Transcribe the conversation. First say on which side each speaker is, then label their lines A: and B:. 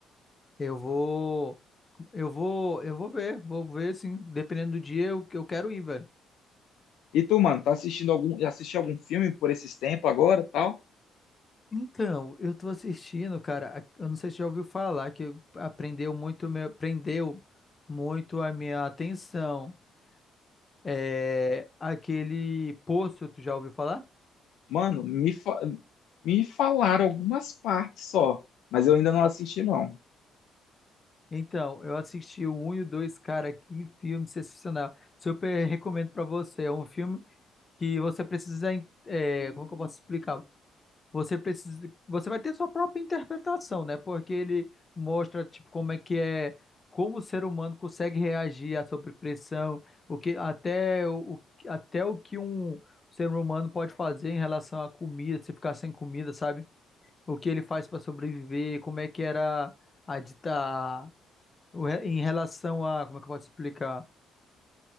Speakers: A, on the left; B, on the left.
A: Eu vou, eu vou, eu vou ver, vou ver, assim, dependendo do dia, eu, eu quero ir, velho.
B: E tu, mano, tá assistindo algum, assistiu algum filme por esses tempos agora, tal?
A: Então, eu tô assistindo, cara, a- eu não sei se já ouviu falar que aprendeu muito meu, prendeu muito a minha atenção. É aquele Poço, tu já ouviu falar?
B: Mano, me, fa- me falaram algumas partes só, mas eu ainda não assisti, não.
A: Então, eu assisti o 1 e o 2, cara, que filme sensacional. Super recomendo pra você. É um filme que você precisa, en- é, como que eu posso explicar? Você precisa, você vai ter sua própria interpretação, né? Porque ele mostra tipo como é que é, como o ser humano consegue reagir à sobrepressão, o que até o, o- até o que um ser humano pode fazer em relação à comida, se ficar sem comida, sabe? O que ele faz para sobreviver, como é que era a dita o re- em relação a, como é que eu posso explicar?